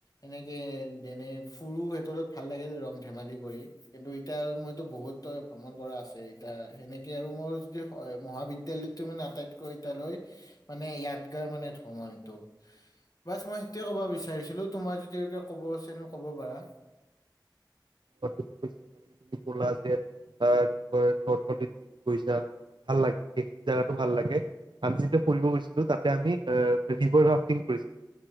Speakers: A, on the left (about 50°); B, on the right (about 85°).
A: এনেকে যেনে ফুৰু হি হত লগত ভাল লাগে ৰং ধেমালি কৰি কিন্তু ইতয়া মইতো বহুত ভ্ৰমণ কৰা আছে ইতিয়া সেনেকে আৰু মোৰ য মহাবিদ্যালয় মানে আটাইতকৈ এতালৈ মানে য়াদ গাৰ মানে ভ্ৰমণ এইটো বাচ মই সেইটোৱে ক'ব বিচাৰিছিলো তোমাৰ যদি কব আছে ক'ব পাৰা
B: ছ যেনেকে তুমি কলা যে যে কি কয় নৰ্থ নদীত গৈছা, ভাল লাগে, সেইখিনি জোগাতো ভাল লাগে, আমি যেতিয়া ফুৰিব গৈছিলো তাতে আমি এ ৰিভাৰ ৰাফটিং কৰিছিলো,